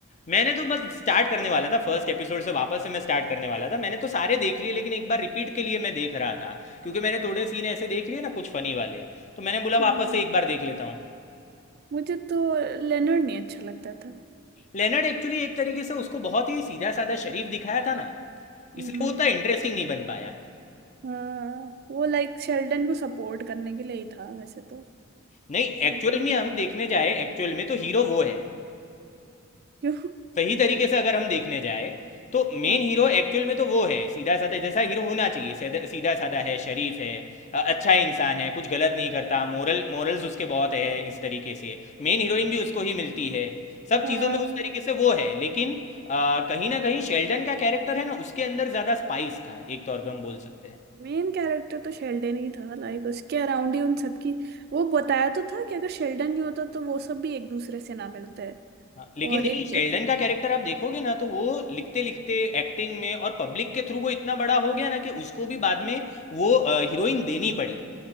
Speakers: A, on the left (about 35°); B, on the right (about 50°).
A: मैंने तो बस स्टार्ट करने वाला था फर्स्ट एपिसोड से वापस से मैं स्टार्ट करने वाला था मैंने तो सारे देख लिए लेकिन एक बार रिपीट के लिए मैं देख रहा था क्योंकि मैंने थोड़े सीन ऐसे देख लिए ना कुछ फनी वाले तो मैंने बोला
B: हम्म
A: वापस से एक बार देख लेता हूँ
B: मुझे तो लेनर्ड नहीं अच्छा लगता था
A: लेनर्ड एक्चुअली एक तरीके से उसको बहुत ही सीधा साधा शरीफ दिखाया था ना
B: हम्म
A: इसलिए वो उतना इंटरेस्टिंग नहीं बन पाया
B: हाँ वो लाइक शेल्डन को सपोर्ट करने के लिए ही था वैसे तो
A: नहीं
B: शेल्डन
A: एक्चुअल में हम देखने जाए एक्चुअल में तो हीरो वो है
B: क्यों
A: सही तरीके से अगर हम देखने जाए तो मेन
B: हाँ
A: हीरो एक्चुअल में तो वो है सीधा साधा जैसा हीरो होना चाहिए सीधा- सीधा साधा है शरीफ है अ, अच्छा इंसान है कुछ गलत नहीं करता मोरल मोरल्स उसके बहुत है इस तरीके से मेन हीरोइन भी उसको ही मिलती है सब
B: हाँ
A: चीज़ों में उस तरीके से वो है लेकिन अ, कहीं ना कहीं शेल्डन का कैरेक्टर है ना उसके अंदर ज़्यादा स्पाइस था एक तौर पे हम बोल सकते हैं
B: मेन कैरेक्टर तो शेल्डन ही था लाइक उसके अराउंड ही उन सबकी वो बताया तो था कि अगर शेल्डन नहीं होता तो वो सब भी एक दूसरे से ना मिलते
A: हाँ, लेकिन
B: और
A: नहीं
B: एक,
A: शेल्डन
B: एक
A: का कैरेक्टर आप देखोगे ना तो वो लिखते लिखते एक्टिंग में और पब्लिक के थ्रू वो इतना बड़ा हो गया ना कि उसको भी बाद में वो अ, हीरोइन देनी पड़ी